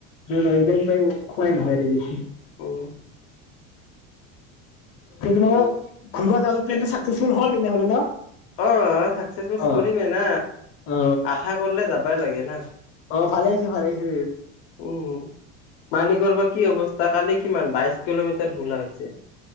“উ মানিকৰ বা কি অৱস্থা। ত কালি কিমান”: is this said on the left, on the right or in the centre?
Left